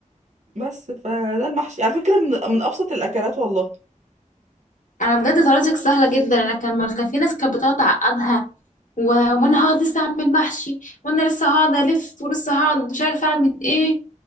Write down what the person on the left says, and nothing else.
انا بجد طريقتك سهله جدا انا كان ما- كان في ناس كانت بتقعد تعقدها و... وانا هقعد لسه اعمل محشي وانا لسه هقعد الف ولسه هقعد مش عارفه اعمل ايه